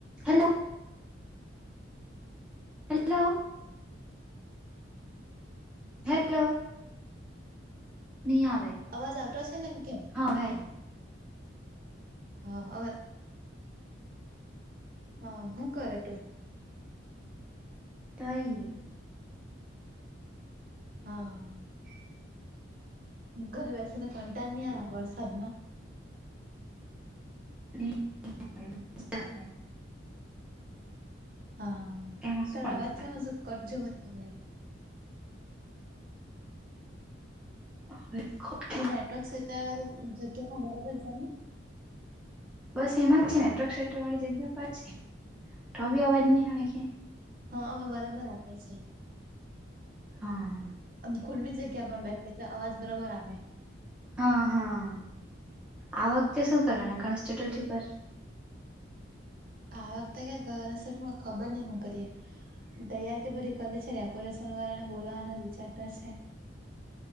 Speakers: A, in the centre; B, on the right.
A: Hello. Hello. Hello, ની આવે.
B: અવાજ આવતો છે ને, એમ કેમ.
A: હા હવે આવ્યો
B: હા હવે હા હું કરે ટુ?
A: કઈ ની.
B: હા હા હા. ઘરે બેસીને કંટાળ ની આવે વરસાદમાં?
A: <unintelligible>
B: હા
A: એમાં
B: તારો
A: શું
B: અવાજ <unintelligible> કટ જેવો <unintelligible>
A: <unintelligible>
B: તું નેટવર્ક ક્ષેત્રવાળી જગ્યામાં બરાબર જાની.
A: બસ એમાં જ છે, નેટવર્ક ક્ષેત્ર વાળી જગ્યા પર જ છે, તોબી અવાજ નઈ આવે કે
B: હા હવે બરાબર આવે છે.
A: હા
B: <unintelligible> ખુલ્લી જગ્યા પણ બેસે તો, અવાજ બરાબર આવે.
A: હા હા, આ વખતે શું કરવાના ગણેશ ચતુર્થી પર?
B: આ વખતે <unintelligible> ખબર નહીં હું કરીએ? તૈયારી તો બધી કર લી છે, ડેકોરેશન વાળાને બોલાવાનો વિચાર તો છે.